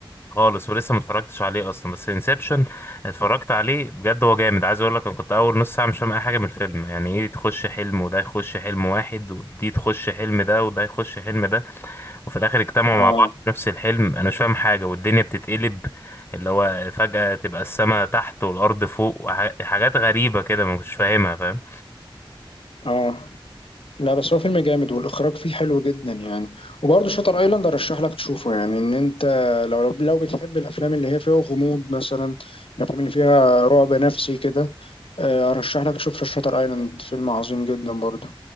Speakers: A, on the left; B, on the left.
A: خالص ولسه ما اتفرجتش عليه اصلا بس انسبشن اتفرجت عليه بجد هو جامد عايز اقول لك انا كنت اول نص ساعه مش فاهم اي حاجه من الفيلم يعني ايه تخش حلم وده يخش حلم واحد ودي تخش حلم ده وده يخش حلم ده وفي الاخر اجتمعوا
B: اه
A: مع بعض في نفس الحلم انا مش فاهم حاجه والدنيا بتتقلب اللي هو فجاه تبقى السماء تحت والارض فوق وح- حاجات غريبه كده ما كنتش فاهمها فاهم
B: اه لا بس هو فيلم جامد والاخراج فيه حلو جدا يعني وبرضو شاتر ايلاند ارشح لك تشوفه يعني ان انت لو لو لو بتحب الافلام اللي هي فيها غموض مثلا الافلام اللي فيها رعب نفسي كده آه، ارشح لك تشوف شاتر ايلاند فيلم عظيم جدا برضو